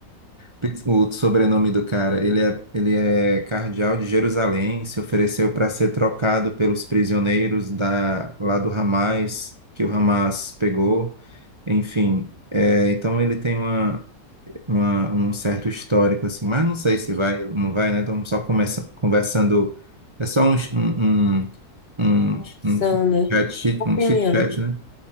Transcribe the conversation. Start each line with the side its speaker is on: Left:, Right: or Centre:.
Right: Pizz- <laughs> o sobrenome do cara. Ele é, ele é cardeal de Jerusalém, se ofereceu para ser trocado pelos prisioneiros da, lá do Hamas, que o Hamas pegou. Enfim, é, então ele tem uma uma- um certo histórico, assim, mas não sei se
Left: sim,
Right: vai ou não vai, né? Estamos só começa, conversando, é só um, um, um,
Left: uma
Right: um,
Left: opção,
Right: um
Left: né?
Right: chat, chit-
Left: Opinião.
Right: um chit chat, né?